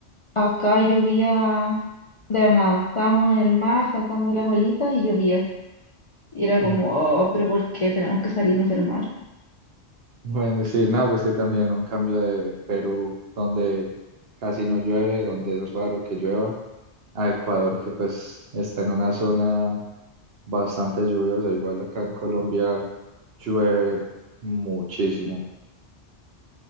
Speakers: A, on the left; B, on the right.
A: acá llovía de la nada. Estábamos en el mar saltando las olitas y llovía. Y era
B: <laughs>
A: como, oh, pero ¿por qué tenemos que salirnos del mar?
B: Mm. Bueno, sí, no, pues que también un cambio de Perú, donde casi no llueve, donde es raro que llueva, a Ecuador, que pues está en una zona bastante lluviosa, igual acá en Colombia llueve muchísimo.